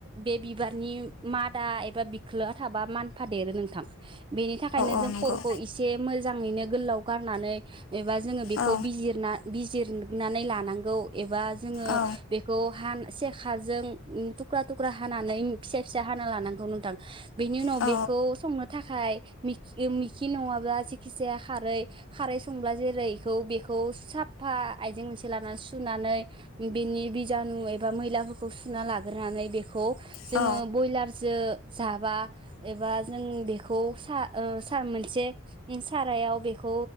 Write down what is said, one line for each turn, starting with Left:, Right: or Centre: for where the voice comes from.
Right: बे बिबारनि मादा एबा बिखोलोआ थाबा मानफादेरो नोंथां बेनि थाखायनो
Left: औ
Right: जों
Left: नंगौ।
Right: खर'खौ इसे मोजाङैनो गोलाव गारनानै एबा जोङो बेखौ
Left: औ
Right: बिजिरना बिज जिरनानै लानांगौ एबा जोङो
Left: औ
Right: बेखौ हान सेखाजों थुख्रा थुख्रा हानानै फिसा फिसा हाना लानांगौ नोंथां बेनि उनाव
Left: औ
Right: बेखौ संनो थाखाय मि मिखि नङा जिखि जाया खारै खारै संब्ला जेरै बेखौ बेखौ साफा आइजें मोनसे लानानै सुनानै बिनि बिजानु एबा मैलाफोरखौ खौ सुना लाग्रोनानै बेखौ जोङो
Left: औ
Right: ब्रयलारजों जाबा एबा जों बेखौ सा सा मोनसे सारायाव बेखौ